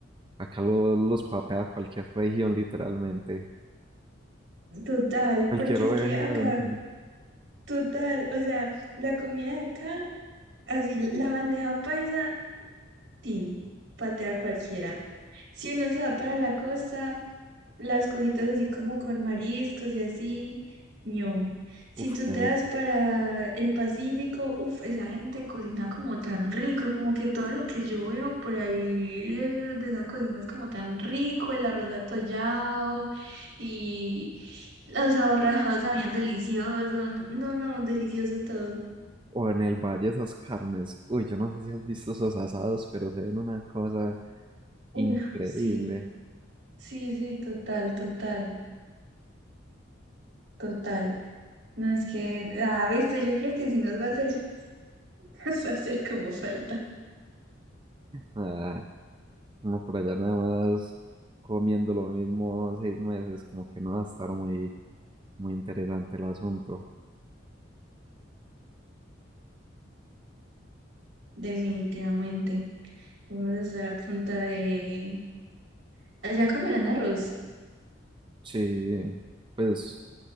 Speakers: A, on the right; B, on the right.
A: Acá lo- los papea cualquier región, literalmente.
B: Total,
A: Cualquier
B: porque
A: región.
B: es que acá, total, o sea, la comida de acá, así la bandeja paisa, tin, patea cualquiera. Si uno se va para la costa, las cositas así como con mariscos y así, ñom. Si
A: Uf,
B: tú
A: qué
B: te
A: rico.
B: das para el Pacífico, uff, esa gente cocina como tan rico, como que todo lo que yo veo por ahí de, de esa cocina es como tan rico, el arroz atollado y los aborrajados sabían delicioso, n- no, no, delicioso todo.
A: O en el valle esas carnes. Uy, yo no sé si has visto esos asados, pero se ven una cosa
B: Uff,
A: increíble.
B: sí, sí, sí, total, total, total. No, es que, ah, viste, yo creo que si nos va a hacer, <laughs> nos va a hacer como falta.
A: Ah, uno por allá nada más comiendo lo mismo seis meses, como que no va a estar muy, muy interesante el asunto.
B: definitivamente. Vamos a estar a punta de... Allá comerán arroz.
A: Sí, pues